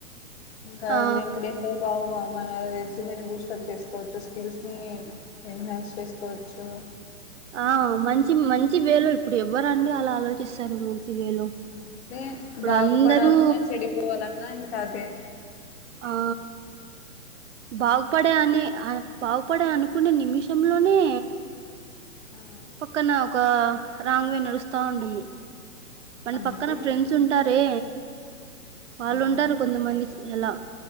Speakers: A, on the left; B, on the right.
A: ఇంక
B: ఆ
A: లింకుడిన్లు గావ మన రెజూమ్ని బూస్ట్ అప్ చేసుకోవచ్చు స్కిల్స్ ని ఎన్హాన్స్ చేసుకోవచ్చు
B: ఆ మంచి మంచి వేలు ఇప్పుడు ఎవ్వరండి అలా ఆలోచిస్తారు వేలో
A: అంటే
B: ఇప్పుడు
A: బాగుపడాలన్న
B: అందరూ
A: చెడిపోవాలన్న ఇలా ఇంకాదే
B: ఆ బాగుపడే అని అ బాగుపడే అనుకునే నిమిషంలోనే
A: ఆ
B: పక్కన ఒక రాంగ్ వే నడుస్తా ఉంటుంది మన
A: అంతే
B: పక్కన ఫ్రెండ్స్ ఉంటారే, వాళ్ళుంటారు
A: ఆ
B: కొందమంది అలా